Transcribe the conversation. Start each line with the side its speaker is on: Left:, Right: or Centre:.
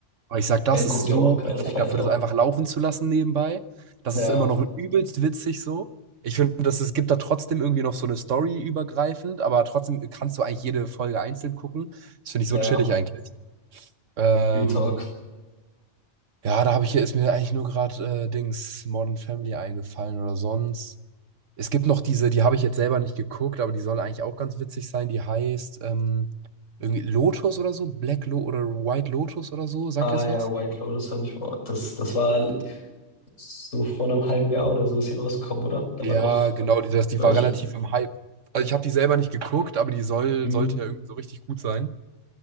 Right: Aber ich sag, das
Left: Ben guckt
Right: ist so
Left: ja auch gerade
Right: perfekt
Left: Fight
Right: dafür,
Left: auch.
Right: das einfach laufen zu lassen nebenbei. Das
Left: Ja,
Right: ist immer noch übelst witzig so. Ich finde, dass es gibt da trotzdem irgendwie noch so eine Story übergreifend, aber trotzdem kannst du eigentlich jede Folge einzeln gucken. Das finde ich
Left: ja,
Right: so chillig eigentlich. Ähm,
Left: Real Talk.
Right: ja, da habe ich hier ist mir eigentlich nur gerade äh, Dings Modern Family eingefallen oder sonst. Es gibt noch diese, die habe ich jetzt selber nicht geguckt, aber die soll eigentlich auch ganz witzig sein. Die heißt ähm, irgendwie Lotus oder so, Black Lo oder White Lotus oder so. Sagt
Left: Ah
Right: ihr das
Left: ja,
Right: was?
Left: White Lotus habe ich mal. Das, das war so vor einem halben Jahr oder so ist sie rausgekommen, oder? Da
Right: Ja,
Left: war doch,
Right: genau, die, das, die
Left: glaub
Right: war
Left: ich,
Right: relativ im Hype. Also ich habe die selber nicht geguckt, aber die soll,
Left: hm,
Right: sollte ja irgendwie so richtig gut sein.